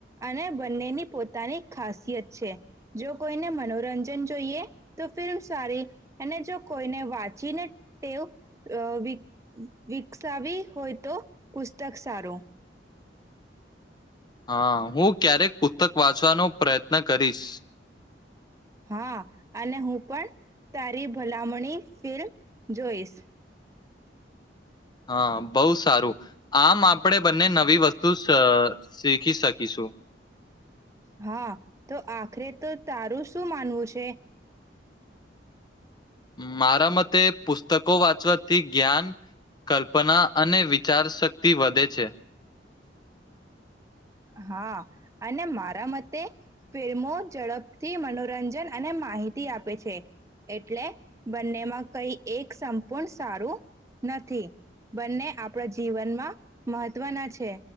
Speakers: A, on the right; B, on the left.
A: અને બંનેની પોતાની ખાસિયત છે. જો કોઈને મનોરંજન જોઈએ તો ફિલ્મ્સ સારી અને જો કોઈને વાંચીને ટેવ અ વિક-વિકસાવી હોય તો પુસ્તક સારું.
B: હા, હું ક્યારેક પુસ્તક વાંચવાનો પ્રયત્ન કરીશ.
A: હા, અને હું પણ તારી ભલામણી ફિલ્મ જોઈશ.
B: હા, બહુ સારું. આમ આપણેે બંને નવી વસ્તુ સ શીખી શકીશું.
A: હા, તો આખરે તો તારું શું માનવું છે?
B: મારા મતે પુસ્તકો વાંચવાથી જ્ઞાન, કલ્પના અને વિચારશક્તિ વધે છે.
A: હા, અને મારા મતે તે ફિલ્મો ઝડપ થી મનોરંજન અને માહિતી આપે છે એટલે બંનેમાં કઈ એક સંપૂર્ણ સારું નથી. બંને આપણા જીવનમાં મહત્વના છે.